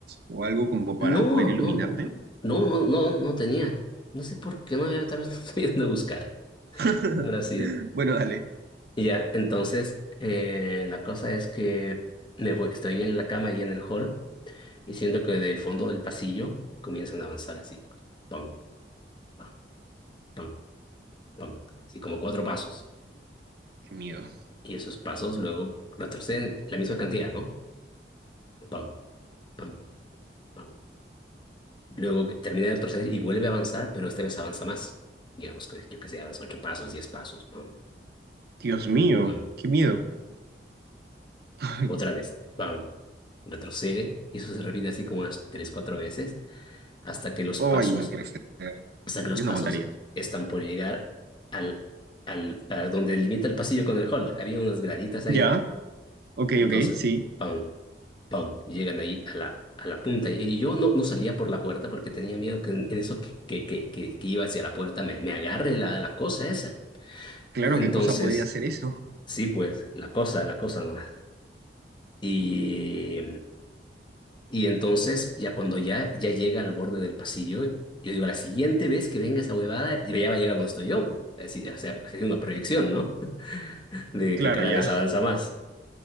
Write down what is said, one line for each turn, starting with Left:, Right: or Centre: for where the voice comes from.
Right: ¿O algo como
Left: No,
Right: para poder iluminarte?
Left: no, no, no, no, no tenía. No sé por qué no había, tal vez <laughs> no estoy de buscar.
Right: <laughs>
Left: ¿Qué habrá sido?
Right: Bueno, dale.
Left: Y ya, entonces eh, la cosa es que me voy, estoy en la cama y en el hall y siento que del fondo del pasillo comienzan a avanzar así, pam, pam, pam, pam, así como cuatro pasos.
Right: Qué miedo.
Left: Y esos pasos luego retroceden la misma cantidad, ¿no? Pam, pam, pam. Luego que termina de retroceder y vuelve a avanzar, pero esta vez avanza más. Digamos que yo que sé, avanza ocho pasos, diez pasos, pam,
Right: Dios mío,
Left: pam.
Right: qué miedo. Ay,
Left: Otra vez, pam, retrocede y eso se repite así como unas tres, cuatro veces hasta que los
Right: Ay,
Left: pasos
Right: no puede ser.
Left: hasta que los
Right: yo
Left: pasos
Right: no aguantaría.
Left: están por llegar al, al, a donde limita el pasillo con el hall. Había unas graditas
Right: Ya,
Left: ahí.
Right: ok,
Left: Entonces,
Right: ok, sí.
Left: pam, pam, llegan ahí a la, a la punta. Y, y yo no, no salía por la puerta porque tenía miedo que en en eso que, que, que, que, que iba hacia la puerta me, me agarre la, la cosa esa.
Right: Claro,
Left: Entonces,
Right: ¿qué cosa podría ser eso? <laughs>
Left: sí, pues, la cosa, la cosa nomás. Y Y entonces, ya cuando ya, ya llega al borde del pasillo, yo digo, la siguiente vez que venga esa huevada, y ya va a llegar donde estoy yo, pues. Así, o sea, haciendo una proyección, ¿no? <laughs> De
Right: Claro,
Left: que cada
Right: ya,
Left: vez avanza más.